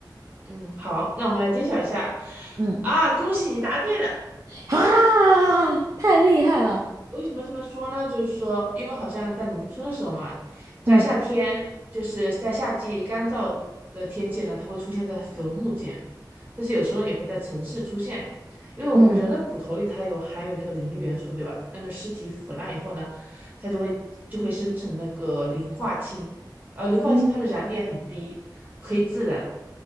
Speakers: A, on the right; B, on the right.
A: 嗯，好，那我们来揭晓一下。
B: 嗯，
A: 啊，恭喜你答对了，
B: 啊，太厉害了。
A: 为什么这么说呢？就是说，因为好像在农村的时候嘛，在夏天，
B: 嗯
A: 就是在夏季干燥的天气呢，它会出现在坟墓间，但是有时候也会在城市出现，因为我们人的骨头里它有含有那个磷的元素，
B: 嗯
A: 对吧？那么尸体腐烂以后呢，它就会就会生成那个磷化氢，而磷化氢它的燃点很低，
B: 嗯
A: 可以自燃。